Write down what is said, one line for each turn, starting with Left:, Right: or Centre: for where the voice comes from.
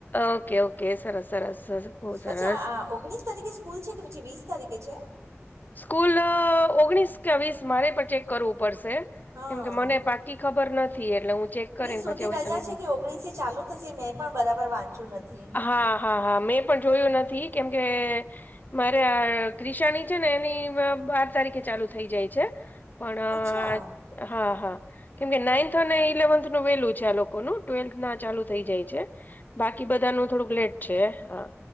Left: ઓકે ઓકે સરસ સરસ સરસ બહુ
Right: પછી
Left: સરસ
Right: ઓગણીસ તારીખે સ્કૂલ છે કે પછી વીસ તારીખે છે.
Left: સ્કૂલ ઓગણીસ કે વીસ મારે પણ ચેક કરવું પડશે
Right: હા
Left: કેમ કે મને પાકી ખબર નથી એટલે હું ચેક કરીને
Right: સુધી
Left: પછી હવે
Right: રજા
Left: તમને
Right: છે કે ઓગણીસ ચાલુ છ મેં પણ બરાબર વાંચ્યું નથી.
Left: હા હા હા મેં પણ જોયું નથી કેમકે મારે આ નિશાની છે ને, એની બાર તારીખે ચાલુ થઈ જાય છે, પણ
Right: અચ્છા
Left: હા, હા, કેમકે નાઈન્થ અને ઇલેવન્થનું વેલું છે, આ લોકોનું. ટ્વેલ્થ ના ચાલુ થઈ જાય છે, બાકી બધાનું થોડુંક લેટ છે, હા.